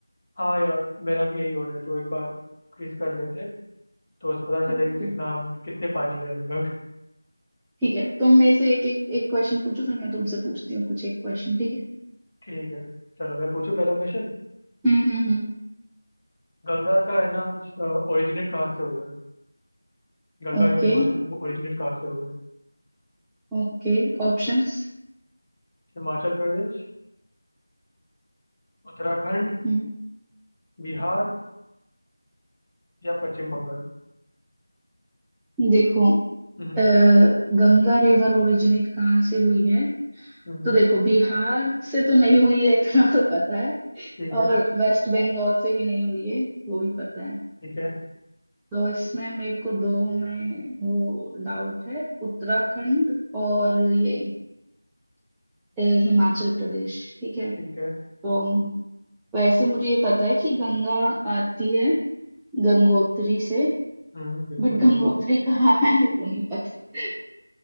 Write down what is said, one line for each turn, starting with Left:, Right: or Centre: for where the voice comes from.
Left: हाँ यार मेरा भी यही हो रहा है तो एक बार क्विज कर लेते हैं तो उस पता
Centre: ओके
Left: चले कि कितना हम कितने पानी में हम लोग <laughs>
Centre: ठीक है तुम मेरे से एक एक एक क्वेश्चन पूछो फिर मैं तुमसे पूछती हूँ कुछ एक क्वेश्चन ठीक है
Left: ठीक है चलो मैं पूछूं पहला क्वेश्चन
Centre: हम्म हम्म हम्म
Left: गंगा का है ना ओरिजिनेट कहाँ से हुआ है गंगा
Centre: ओके
Left: जो रिवर है ना वो ओरिजिनेट कहाँ से हुआ है
Centre: ओके ऑप्शंस
Left: हिमाचल प्रदेश उत्तराखंड
Centre: हम्म
Left: बिहार या पश्चिम बंगाल
Centre: देखो
Left: हम्म
Centre: अ, गंगा रिवर ओरिजिनेट कहाँ से हुई है
Left: हम्म,
Centre: तो देखो बिहार से तो नहीं हुई है इतना तो पता है
Left: ठीक है
Centre: और वेस्ट बंगाल से भी नहीं हुई है वो भी पता है
Left: ठीक है
Centre: तो इसमें मेरे को दो में वो डाउट है उत्तराखंड और ये अ, हिमाचल प्रदेश ठीक है
Left: ठीक है
Centre: तो वैसे मुझे ये पता है कि गंगा आती है गंगोत्री से
Left: हम्म बिल्कुल
Centre: बट गंगोत्री
Left: सही
Centre: कहाँ है वो नहीं पता